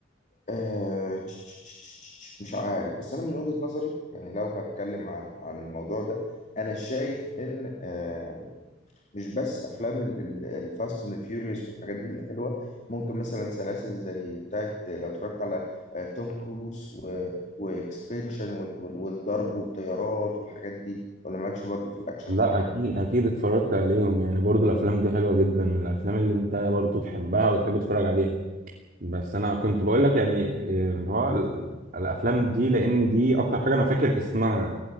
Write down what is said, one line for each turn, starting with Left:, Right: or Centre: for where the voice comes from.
Left: آه، تش- تش- تش- تش- تش- تش، مش عارف بس أنا من وجهة نظري يعني لو هتكلم عن عن الموضوع ده أنا شايف إن آه، مش بس افلام الفاست اند فيوريوس والحاجات دي اللي حلوه ممكن مثلا سلاسل زي بتاعت لو اتفرجت على آه، توم كروز واكسبنشن والضرب والطيارات والحاجات دي ولا مالكش برضو في الاكشن
Right: لا
Left: وفي الحاجات
Right: اكيد
Left: دي
Right: اكيد اتفرجت عليهم يعني برضو الافلام دي حلوه جدا من الافلام اللي انت برضو تحبها وتحب تتفرج عليها بس انا كنت بقول لك يعني إيه اللي هو ال- الافلام دي لان دي اكتر حاجه انا فاكر اسمها